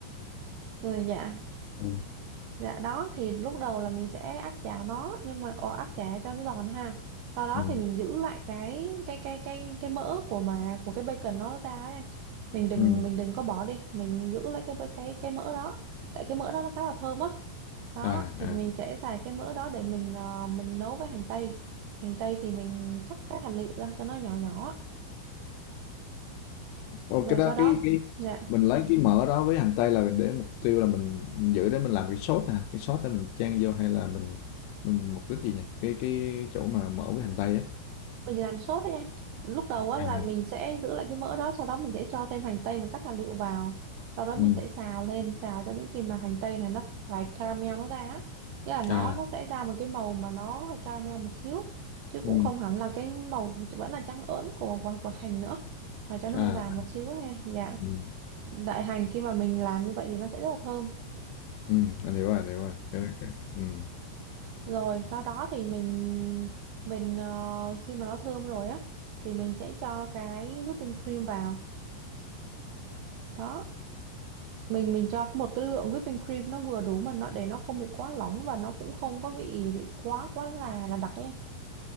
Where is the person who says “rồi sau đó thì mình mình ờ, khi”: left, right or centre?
Right